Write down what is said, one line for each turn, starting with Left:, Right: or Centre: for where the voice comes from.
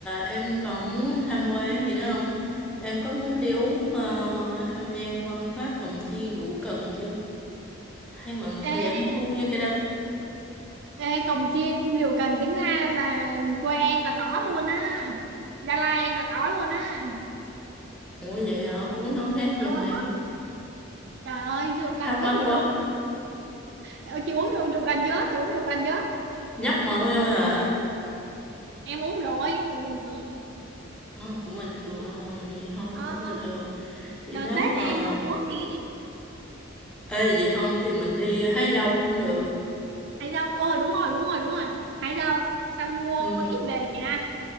Centre: em còn muốn tham quan gì nữa không? Em có muốn đi uống ờ, tham gia văn hóa cồng chiên rượu cần chưa? Hay mọi người
Right: ê,
Centre: có vẻ hứng thú với cái đó?
Right: Ê, cồng chiên rượu cần tính ra là quê em là có luôn á Gia Lai em là có luôn á
Centre: Ủa vậy hả? Uống nó khác gì
Right: Có.
Centre: không em?
Right: Trời ơi rượu cần
Centre: Thắc
Right: có
Centre: mắc quá.
Right: gì đâu Ờ, Chị uống rượu, rượu cần chưa? Chị uống rượu cần chưa?
Centre: Nhấp môi thôi à.
Right: Em uống rồi cũng bình thường
Centre: Ờ, cũng bình thường
Right: Uống-
Centre: thôi, ờ, vậy thôi,
Right: Ờ,
Centre: cũng
Right: ờ.
Centre: bình thường. Vậy
Right: đợt
Centre: nếu
Right: Tết
Centre: mà...
Right: này em mới uống tí
Centre: Ê, vậy không thì mình đi hái dâu cũng được.
Right: Hải dâu Ờ đúng rồi đúng rồi đúng rồi Hải dâu Xong mua
Centre: Ừ,
Right: ít về chị ha